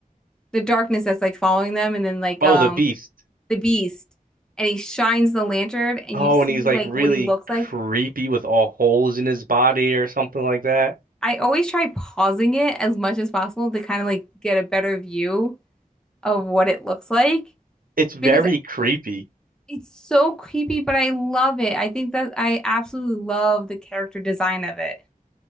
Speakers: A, in the centre; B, on the right (about 70°).
A: the darkness that's like following them and then like
B: Oh,
A: um
B: the beast.
A: the beast and he shines the lantern and
B: Oh,
A: you see
B: and he's like
A: like
B: really
A: what he looks
B: creepy
A: like
B: with all holes in his body or something like that.
A: I always try pausing it as much as possible to kind of like get a better view of what it looks like
B: It's very
A: because
B: creepy.
A: it's so creepy, but I love it. I think that I absolutely love the character design of it.